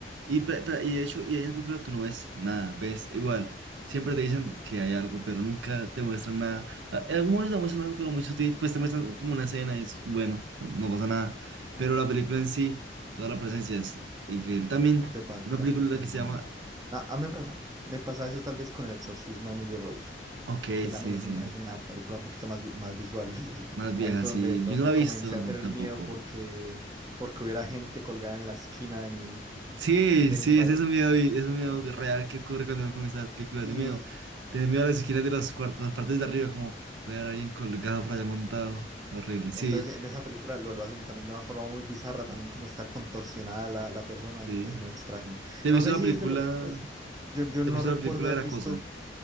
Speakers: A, on the right; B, on the right.
A: Y, pre- pre- y de hecho, y en esa película tú no ves nada, ves igual. Siempre te dicen que hay algo, pero nunca te muestran nada. A- En algún momento te muestran algo, pero muy sutil, pues te muestran como una escena y es bueno, no, no pasa nada. Pero la película en sí, toda la presencia es increíble. También
B: te, pa-
A: una
B: te
A: película
B: mantiene tensionante.
A: que se llama...
B: A, a mí me pasa, me pasa eso tal vez con El Exorcismo de Emily Rose,
A: Ok,
B: aunque también
A: sí,
B: es,
A: sí.
B: un- es una película un poquito más, vi- más visual. <laughs>
A: Más vieja,
B: Ahí fue
A: sí.
B: donde, donde
A: Yo no la he
B: comencé
A: visto
B: a
A: no,
B: tener
A: tampoco.
B: miedo porque, porque hubiera gente colgada en la esquina de mi,
A: Sí,
B: de
A: sí,
B: mi pared.
A: ese es un miedo, y- es un miedo real que ocurre cuando uno comienza a ver películas
B: Y
A: de miedo. Te da miedo a las esquinas de los cuartos, las partes de arriba, como puede haber alguien colgado
B: epa,
A: por allá montado. Horrible, sí,
B: entonces en esa película lo, lo hacen también de una forma muy bizarra, también como está contorsionada la, la persona,
A: sí.
B: es, es muy extraño.
A: ¿Te
B: No
A: has visto
B: sé
A: la
B: si
A: película?
B: es de los, pues, yo, yo
A: ¿Te
B: no
A: has visto
B: recuerdo
A: la película
B: haber
A: de La
B: visto
A: Cosa?